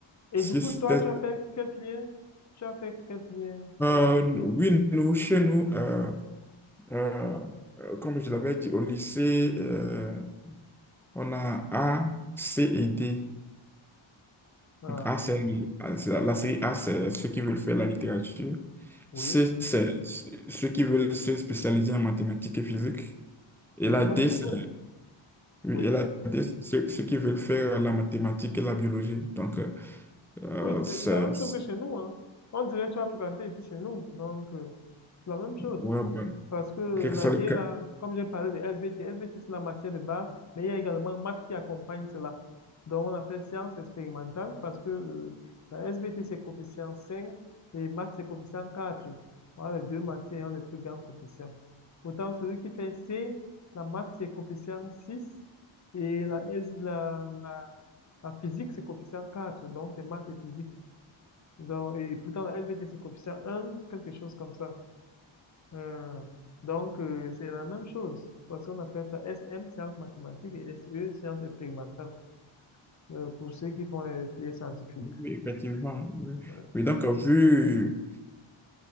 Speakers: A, on the left (about 35°); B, in the centre.
A: Et
B: si
A: du coup,
B: c'est,
A: toi, tu as fait quelle filière? Tu as fait quelle filière?
B: euh, oui, nous, chez nous, euh, euh, euh, comme je l'avais dit au lycée, euh, on a A, C et D.
A: Ah,
B: A, c'est ah, c'est- la série A, c'est ceux qui veulent faire la littérature.
A: oui,
B: C, c'est ceux qui veulent se spécialiser en mathématiques et physique. Et
A: oui,
B: la
A: comme
B: D,
A: chez
B: c'est
A: nous.
B: oui,
A: Oui,
B: et la D, c'est ceux, ceux qui veulent faire la mathématique et la biologie. Donc, euh, euh,
A: oui, c'est
B: c'est
A: c'est la même chose
B: c'est-
A: que chez nous, hein. On dirait que tu as fréquenté ici chez nous, donc euh, c'est la même chose.
B: ouais, ouais.
A: Parce que
B: Quel que
A: la
B: soit
A: bière,
B: le cas.
A: là, comme j'ai parlé de SVT, SVT, c'est la matière de base, mais il y a également maths qui accompagne cela. Donc, on appelle sciences expérimentales parce que euh, la SVT, c'est coefficient 5 et maths, c'est coefficient 4. Voilà les deux matières ayant les plus grands coefficients. Pourtant, celui qui fait C, la maths, c'est coefficient 6 et la, S, la, la, la physique, c'est coefficient 4. Donc, c'est maths et physique. Donc, et pourtant, la SVT, c'est coefficient 1, quelque chose comme ça. Euh, donc, euh, c'est la même chose, parce qu'on appelle ça SM, sciences mathématiques, et SE, sciences expérimentales, euh, pour ceux qui font les filières scientifiques.
B: Oui, effectivement. Oui,
A: Voilà.
B: Oui, donc, euh, vu.